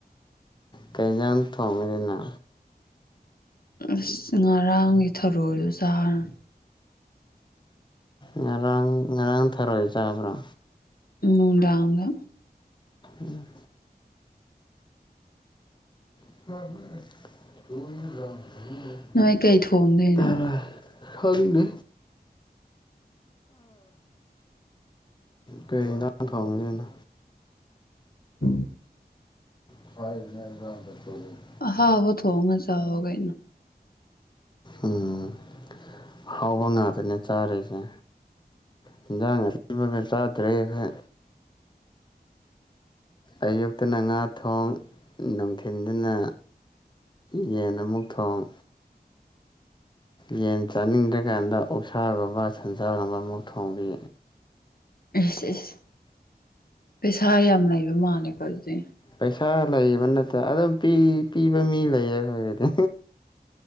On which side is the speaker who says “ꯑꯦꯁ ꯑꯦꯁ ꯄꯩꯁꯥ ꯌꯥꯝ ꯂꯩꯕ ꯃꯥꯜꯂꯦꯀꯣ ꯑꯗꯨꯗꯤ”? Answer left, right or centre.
Left